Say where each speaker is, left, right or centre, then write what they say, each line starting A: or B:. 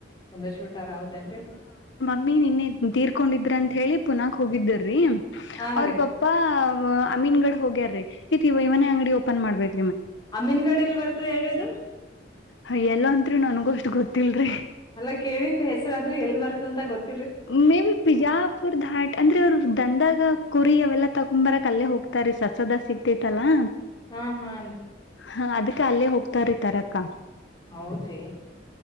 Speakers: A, on the left (about 20°); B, on the left (about 75°).
A: ಒಂದಷ್ಟು ಊಟಾರ ಹೌದೇನ್ರಿ
B: ಮ್ಮಿ ನಿನ್ನೆ ತೀರ್ಕೊಂಡಿದ್ರ ಅಂತ ಹೇಳಿ ಪುನಕ್ ಹೋಗಿದ್ದರ್ರಿ
A: ಹಾ
B: ಅವ್ರ
A: ರೀ
B: ಪಾಪಾ ಅಮೀನ್ ಗಡ್ ಹೋಗ್ಯಾರೀ ಇತಿ ಇವ ಇವನ ಅಂಗಡಿ ಓಪನ್ ಮಾಡ್ಬೇಕು
A: ಅಮೀನ್ಗಡಲ್ಲಿ ಬರ್ತದೆ ಎ್ರದು
B: ಹಯ ಎಲ್ಲ ಅಂತ್ರಿ ನನ್ಗೂ ಅಷ್ಟ ಗೊತ್ತಿಲ್ರಿ
A: ಅಲ್ಲಾ ಕೇಳಿದ್ರ ಹೆಸರಾದ್ರರು ಎಲ್ ಬರ್ತ ಅಂತ ಗೊತ್ತ
B: ಮೇ ಬಿ ಬಿಜಾಪುರ್ ಧಾಟ್ ಅಂದ್ರೆ ಅವರು ದಂದಾಗ ಕುರಿಯ ಅವೆಲ್ಲಾ ತಗೊ್ಂಬರ ಕಲ್ಲೇ ಹೋಗ್ತಾರಿ ಸಸದ ಸಿಗ್ತತಲ್ಲಾ
A: ಹಾ ಹಾ ಅನ್
B: ಹಾ ಅದಕ್ಕೆ ಅಲ್ಲೇ ಹೋಗ್ತಾರ ತಾರಕ್ಕ
A: ಹೌದ ರಿ